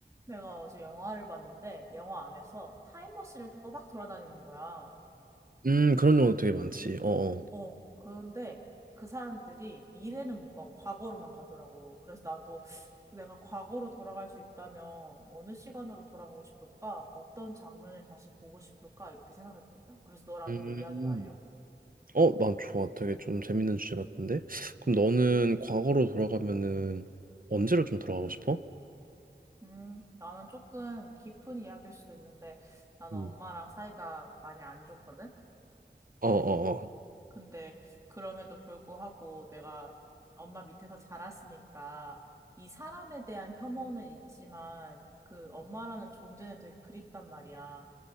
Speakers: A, on the right; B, on the right.
A: 내가 어제 영화를 봤는데 영화 안에서 타임머신을 타고 막 돌아다니는 거야.
B: 음, 그런 경우도 되게 많지. 어어.
A: 어, 그런데 그 사람들이 미래는 못 가고 과거로만 가더라고. 그래서 나도 내가 과거로 돌아갈 수 있다면 어느 시간으로 돌아가고 싶을까? 어떤 장면을 다시 보고 싶을까? 이렇게 생각했거든. 그래서 너랑
B: 음.
A: 이거 이야기하려고.
B: 어, 난 좋아. 되게 좀 재밌는 주제 같은데. 그럼 너는 과거로 돌아가면은 언제로 좀 돌아가고 싶어?
A: 음, 나는 조금 깊은 이야기일 수도 있는데 나는
B: 음.
A: 엄마랑 사이가 많이 안 좋거든.
B: 어어어.
A: 근데 그럼에도 불구하고 내가 엄마 밑에서 자랐으니까 이 사람에 대한 혐오는 있지만 그 엄마라는 존재는 되게 그립단 말이야.